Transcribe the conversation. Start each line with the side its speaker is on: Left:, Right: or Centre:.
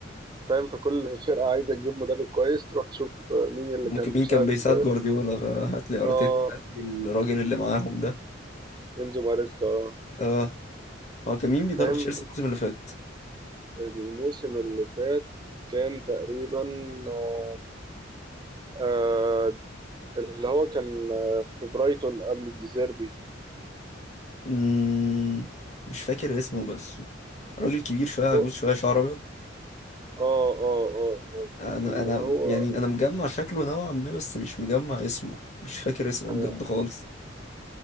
Right: فاهم فكل فرقة عايزة تجيب مدرب كويس تروح تشوف مين اللي
Left: ممكن
Right: كان
Left: مين
Right: مساعد
Left: كان بيساعد جوارديولا فهات لي أرتيتا
Right: اه
Left: هات لي الراجل اللي معاهم ده
Right: انزو ماريسكا اه
Left: اه هو كان مين بيدرب
Right: فاهم
Left: تشيلسي الموسم اللي فات
Right: الموسم اللي فات كان تقريبا آه آه، اللي هو كان آه، في برايتون قبل ديزيربي
Left: امم مش فاكر اسمه بس راجل كبير شوية عجوز
Right: هو
Left: شوية شعر أبيض
Right: اه اه اه آه،
Left: أنا
Right: اللي
Left: أنا
Right: هو
Left: يعني أنا مجمع شكله نوعا ما بس مش مجمع اسمه مش فاكر اسمه
Right: آه
Left: بجد خالص